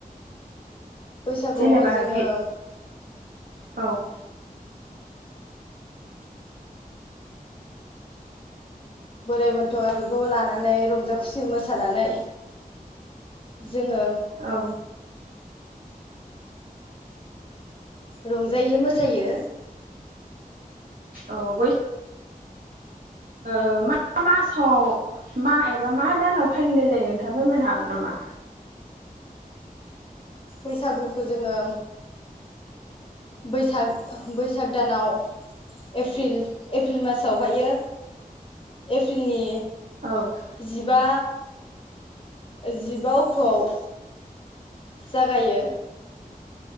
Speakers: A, on the left; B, on the right.
A: बैसागुआव
B: जेनेबा
A: जोङो।
B: गि औ
A: बोराइ बोनथ'फोरखौ लानानै रंजा खुसि मोसानानै जोङो
B: औ
A: रंजायो-मोसायो।
B: औ बै ओ मा मासाव मा एबा मा दानाव फालिनाय जायो नोंथाङा फोरमायनो हागोन नामा?
A: बैसागुखौ जोङो बैसाग बैसाग दानाव एप्रिल एप्रिल मासावहायो एप्रिलनि
B: औ
A: जिबा जिबा अक्ट'आव जागायो।